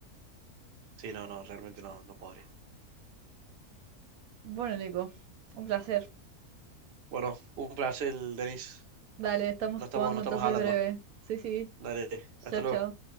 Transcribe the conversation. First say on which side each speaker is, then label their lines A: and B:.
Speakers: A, on the right; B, on the right.
A: Sí, no, no, realmente no, no podría.
B: Bueno, Nico, un placer.
A: Bueno, un placer, Denis.
B: Dale, estamos
A: No
B: jugando
A: estamos, no estamos
B: entonces
A: hablando.
B: breve. Sí, sí.
A: Dale,
B: Chao,
A: hasta luego.
B: chao.